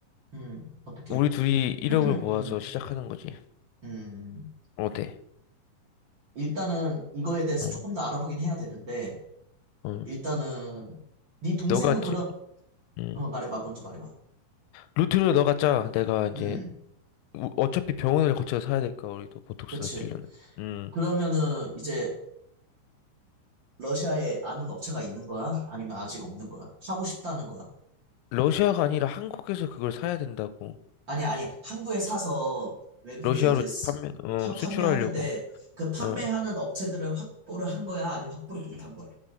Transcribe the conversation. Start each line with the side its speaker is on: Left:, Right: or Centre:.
Right: 음, 어떻게.
Left: 우리 둘이 1억을 모아서
Right: 음,
Left: 시작하는 거지.
Right: 음. 음.
Left: 어때?
Right: 일단은 이거에 대해서
Left: 어,
Right: 조금 더 알아보긴 해야 되는데,
Left: 어.
Right: 일단은 네 동생은
Left: 너가, 지-
Right: 그럼
Left: 음.
Right: 어, 말해봐, 먼저 말해봐.
Left: 루트를 너가 짜. 내가 이제,
Right: 음,
Left: 우- 어차피 병원을 거쳐서 사야 될까, 우리도 보톡스나
Right: 그렇지.
Left: 필러는. 음.
Right: 그러면은 이제 러시아에 아는 업체가 있는 거야? 아니면 아직 없는 거야? 하고 싶다는 거야?
Left: 러시아가 아니라 한국에서 그걸 사야 된다고.
Right: 아니, 아니야. 한국에 사서 외국에
Left: 러시아로
Right: 이제 스-
Left: 판매, 어,
Right: 파- 판매하는데
Left: 수출하려고.
Right: 그 판매하는
Left: 어.
Right: 업체들을 확보를 한 거야? 아니면 확보를 못한 거야?